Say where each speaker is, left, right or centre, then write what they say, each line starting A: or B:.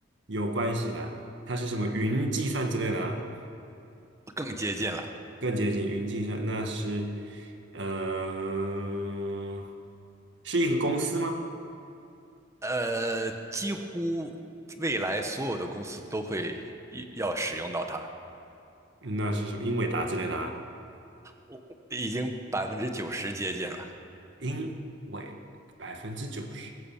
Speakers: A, on the right (about 65°); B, on the right (about 15°).
A: 有关系的，它是什么云计算之类的啊
B: 更接近了。
A: 更接近云计算。那是，呃，是一个公司吗？
B: 呃，几乎未来所有的公司都会一要使用到它，
A: 那是什么英伟达之类的啊？
B: 我我已经百分之九十接近了，
A: 英伟百分之九十，